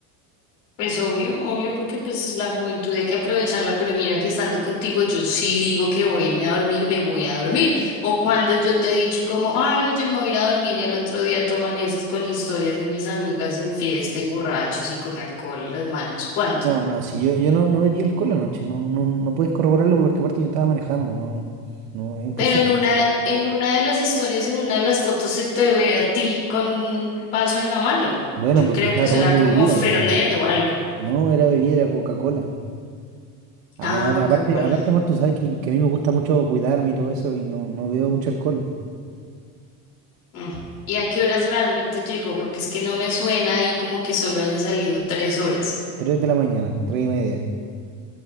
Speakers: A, on the left; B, on the right.
A: Pues obvio, obvio, porque pues la juventud hay que aprovecharla, pero mira que estando contigo yo sí digo que voy a irme a dormir, me voy a dormir. O cuando yo te he dicho como, ay, oye, me voy a ir a dormir y al otro día tú amaneces con historias de mis amigas en fiesta y borrachos y con alcohol en las manos, ¿cuándo?
B: No, no, si yo, yo no, no bebí alcohol anoche, no, no, no puedes corroborarlo porque aparte yo estaba manejando, no, no, es imposible.
A: Pero en una, en una de las historias, en una de las fotos se te ve a ti con un vaso en la mano.
B: Bueno,
A: Yo
B: porque
A: creo
B: estaba
A: que será
B: tomando
A: como
B: bebida,
A: Fernet o algo.
B: no era bebida, era Coca-Cola. Ah,
A: Ah,
B: amor,
A: Coca-Cola.
B: aparte, aparte, amor, tú sabes que, que a mí me gusta mucho cuidarme y todo eso y no, no bebo mucho alcohol.
A: Mm. ¿Y a qué horas realmente llegó? Porque es que no me suena ahí como que solo hayan salido tres horas.
B: Tres de la mañana, tres y media.